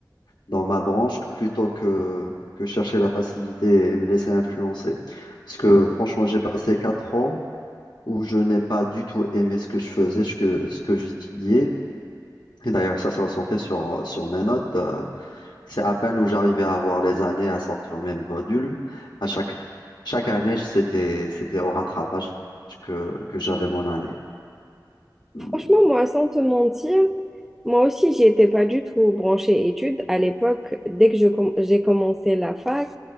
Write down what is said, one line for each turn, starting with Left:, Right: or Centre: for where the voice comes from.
Left: dans ma branche plutôt que, que chercher la facilité et me laisser influencer. Parce que franchement, j'ai passé quatre ans où je n'ai pas du tout aimé ce que je faisais, ce que, ce que j'étudiais. Et d'ailleurs, ça se ressentait sur, euh, sur mes notes. Euh, C'est à peine où j'arrivais à avoir les années à sortir mes modules. À chaque, chaque année, c'était, c'était au rattrapage que, que j'avais mon année. Hum,
Centre: Franchement, moi, sans te mentir, moi aussi, j'y étais pas du tout branchée études. À l'époque, dès que je com- j'ai commencé la fac,